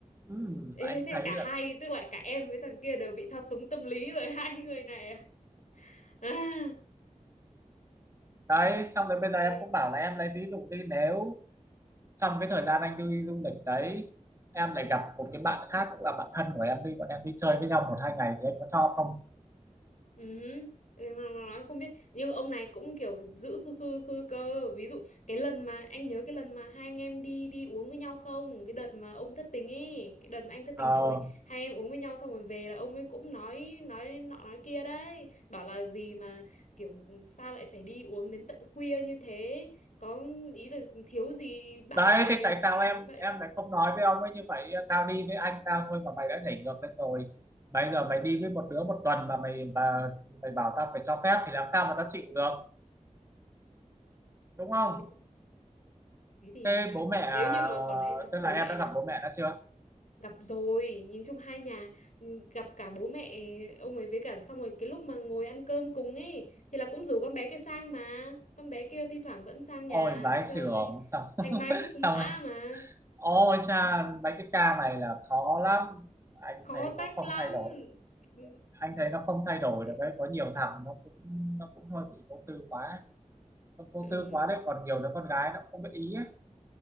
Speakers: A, on the right; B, on the left.
A: ừm,
B: Ê,
A: anh
B: thế thế
A: thấy
B: cả
A: là
B: hai tức là cả em với thằng kia đều bị thao túng tâm lý bởi <laughs> hai người này à, à.
A: đấy xong
B: nào
A: rồi bây giờ em
B: ghê
A: cũng bảo là em lấy ví dụ đi nếu trong cái thời gian anh đi du lịch đấy em lại gặp một cái bạn khác cũng là bạn thân của em đi bọn em đi chơi với nhau một hai ngày thì anh có cho không
B: ừ. hứ. Ừ, nó nó nói không biết nhưng ông này cũng kiểu giữ khư khư khư cơ ví dụ cái lần mà anh nhớ cái lần mà hai anh em đi đi uống với nhau không cái đợt mà ông thất tình ấy cái đợt mà anh thất tình
A: ờ
B: xong rồi hai anh em uống với nhau xong rồi về là ông ấy cũng nói nói nọ nói kia đấy bảo là gì mà kiểu sao lại phải đi uống đến tận khuya như thế có ý là thiếu gì bạn
A: đấy
B: bè
A: thế tại
B: mà
A: sao
B: phải
A: em
B: như vậy
A: em lại không nói với ông ấy như vậy tao đi với anh tao thôi mà mày đã nhảy ngược lên rồi bây giờ mày đi với một đứa một tuần mà mày mà mày bảo tao phải cho phép thì làm sao mà tao chịu được đúng không
B: thế, thì- thế thì
A: thế
B: mẹ
A: bố mẹ
B: nếu
A: ờ,
B: như mà còn đấy sao
A: tức
B: bố
A: là em
B: mẹ
A: đã
B: là
A: gặp bố mẹ đã chưa
B: gặp rồi nhìn chung hai nhà ừ, gặp cả bố mẹ ông ấy với cả xong rồi cái lúc mà ngồi ăn cơm cùng ấy thì là cũng rủ con bé kia sang mà con bé kia thi thoảng vẫn sang nhà
A: ôi vãi
B: chơi
A: chưởng xong <laughs>
B: thanh mai trúc mã
A: xong
B: mà
A: Ôi cha, mấy cái ca này là khó lắm. Anh
B: khó
A: thấy
B: tách
A: nó không
B: lắm
A: thay đổi.
B: ừ,
A: Anh thấy nó không thay đổi
B: ừ,
A: được đấy. Có nhiều thằng nó cũng nó cũng hơi bị vô tư quá. ấy. Nó vô
B: ừ,
A: tư quá đấy. Còn nhiều đứa con gái nó không biết ý ấy.